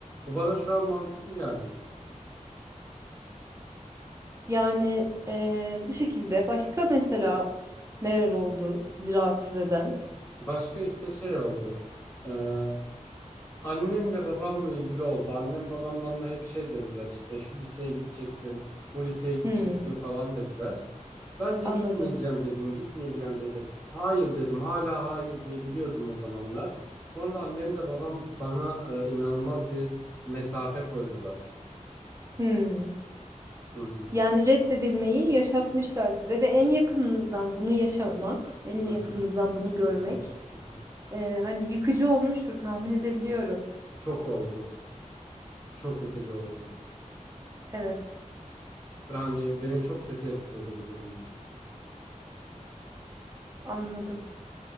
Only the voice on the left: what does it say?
Bu bana şu an mantıklı geldi.
Başka işte şey oldu. Ee, annemle babamla ilgili oldu. Annem babam bana hep şey dediler işte şu liseye gideceksin, bu liseye gideceksin
falan dediler. Ben de
gitmeyeceğim dedim, gitmeyeceğim dedim. Hayır dedim, hala hayır diyebiliyordum o zamanlar. Sonra annem de babam bana e, inanılmaz bir mesafe koydular.
Hı hı,
hı hı,
hı hı, hı hı.
Çok oldu, çok yıkıcı oldu.
Ve hani beni çok kötü etkiledi bu durumlar.